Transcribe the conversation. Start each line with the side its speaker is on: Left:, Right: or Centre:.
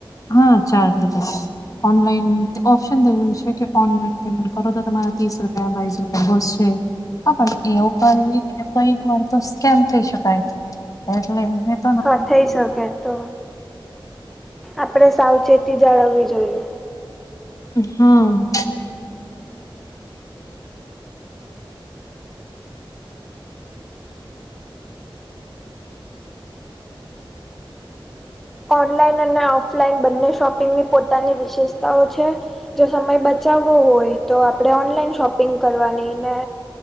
Left: હા ચાર્જ લેતા છે. ઓનલાઈન ઓપ્શન થયું છે કે ઓનલાઈન પેમેન્ટ કરો તો તમારા ત્રીસ રૂપિયા બીસ રૂપિયા બસશે. હા પણ એ કઈક વાર તો સ્કેમ થઈ શકાય એટલે એમ
Centre: હાં થઈ શકે તો આપડે સાવચેતી જાળવવી જોઈએ.
Left: હા
Centre: ઓનલાઈન અને ઓફલાઈન બંને શોપિંગની પોતાની વિશેષતાઓ છે. જો સમય બચાવવો હોય તો આપણે ઓનલાઈન શોપિંગ કરવાની ને